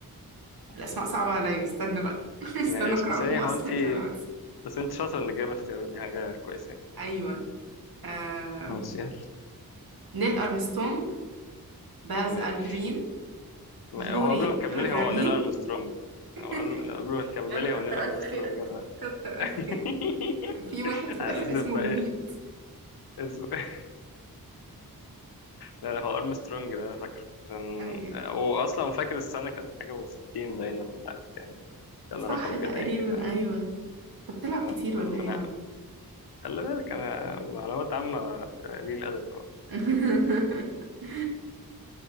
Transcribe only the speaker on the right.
الأسماء صعبة عليا استنى بقى <laughs> استنى
أقرأهم
أصلا
كمان وقت
أيوه آه...
نيل أرمسترونج باز
ألدرين
يوري
غغارين
<laughs>
يا عم كتر
ألف خيرك
كتر
ألف خيرك كان في واحد
في الآخر اسمه
مميت
أيوه
صح
تقريبا
أيوه أنت بتلعب
كتير ولا
إيه يا عم
<laughs>